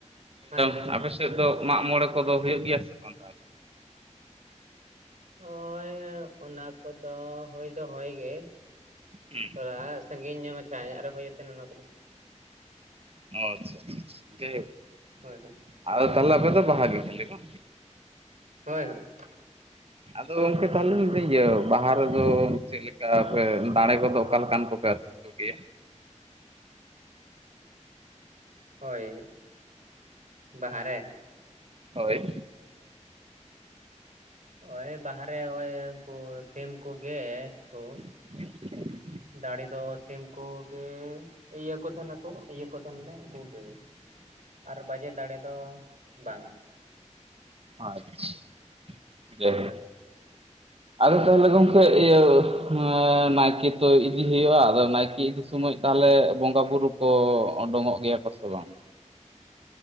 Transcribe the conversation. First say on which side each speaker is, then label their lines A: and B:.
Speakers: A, on the right (about 80°); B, on the right (about 50°).
A: ᱦᱮᱸ,
B: ᱟᱯᱮᱥᱮᱫ ᱫᱚ ᱢᱟᱜ ᱢᱚᱬᱮ ᱠᱚᱫᱚ ᱦᱩᱭᱩᱜ ᱜᱮᱭᱟ ᱥᱮ ᱵᱟᱝ ᱛᱟᱦᱚᱞᱮ?
A: ᱦᱳᱭ ᱚᱱᱟ ᱠᱚᱫᱚ ᱦᱳᱭ ᱫᱚ ᱦᱳᱭ ᱜᱮ ᱾
B: ᱦᱮᱸ ᱾
A: ᱛᱷᱚᱲᱟ ᱥᱟᱺᱜᱤᱧ ᱧᱟᱜ ᱢᱟ ᱪᱷᱟᱭᱟ ᱧᱚᱜ ᱟᱨ ᱦᱩᱭᱮᱱ ᱛᱟᱦᱮᱱᱟ ᱚᱱᱟ ᱠᱚᱫᱚ ᱾
B: ᱚ ᱟᱪᱪᱷᱟ ᱟᱪᱪᱷᱟ ᱟᱪᱪᱷᱟ ᱦᱟᱭ ᱦᱳᱠ,
A: ᱦᱳᱭ ᱦᱳᱭ
B: ᱟᱫᱚ
A: ᱦᱳᱭ
B: ᱛᱟᱦᱚᱞᱮ ᱟᱯᱮ ᱫᱚ ᱵᱟᱦᱟ ᱜᱮ ᱠᱷᱟᱞ ᱵᱟᱝ?
A: ᱦᱳᱭ ᱦᱳᱭ ᱾
B: ᱟᱫᱚ ᱜᱚᱝᱠᱮ ᱛᱟᱦᱚᱞᱮ ᱢᱮᱱᱫᱟᱹᱧ ᱤᱭᱟᱹ ᱵᱟᱦᱟ ᱨᱮᱫᱚ ᱪᱮᱫᱞᱮᱠᱟ ᱯᱮ ᱫᱟᱲᱮ ᱠᱚᱫᱚ ᱚᱠᱟ ᱞᱮᱠᱟᱱ ᱠᱚᱯᱮ ᱟᱨᱠᱤ ᱠᱚᱜᱮᱭᱟ?
A: ᱦᱳᱭ, ᱵᱟᱦᱟᱨᱮ!
B: ᱦᱳᱭ ᱾
A: ᱚᱭ ᱵᱟᱦᱟᱨᱮ ᱚᱭ ᱩᱝᱠᱩ ᱥᱤᱢ ᱠᱚᱜᱮ ᱠᱚ ᱾
B: <inaudible>
A: ᱫᱟᱲᱮ ᱫᱚ ᱥᱤᱢ ᱠᱚ ᱜᱮ ᱤᱭᱟᱹ ᱠᱚ ᱛᱟᱦᱮᱱᱟᱠᱚ ᱤᱭᱟᱹ ᱠᱚ ᱛᱟᱦᱮᱱᱟᱞᱮ ᱩᱝᱠᱩ ᱜᱮ, ᱟᱨ ᱵᱟᱡᱮ ᱫᱟᱲᱮ ᱫᱚ ᱵᱟᱝ ᱾
B: ᱟᱪᱪᱷᱟ, ᱡᱟᱭ
A: ᱦᱳᱭ
B: ᱦᱳᱠ
A: ᱦᱳᱭ ᱦᱳᱭ
B: ᱟᱫᱚ ᱛᱟᱞᱦᱮ ᱜᱚᱝ ᱠᱮ ᱤᱭᱟᱹ ᱦᱮᱸᱻ
A: ᱦᱮᱸ
B: ᱱᱟᱭᱠᱮ ᱛᱚ ᱤᱫᱤ ᱦᱩᱭᱩᱜᱼᱟ ᱟᱫᱚ ᱱᱟᱭᱠᱮ ᱤᱫᱤ ᱥᱚᱢᱚᱡ ᱛᱟᱦᱚᱞᱮ ᱵᱚᱸᱜᱟ ᱵᱩᱨᱩ ᱠᱚ ᱳᱰᱳᱝ ᱚᱜ ᱜᱮᱭᱟ ᱠᱚ ᱥᱮ ᱵᱟᱝ?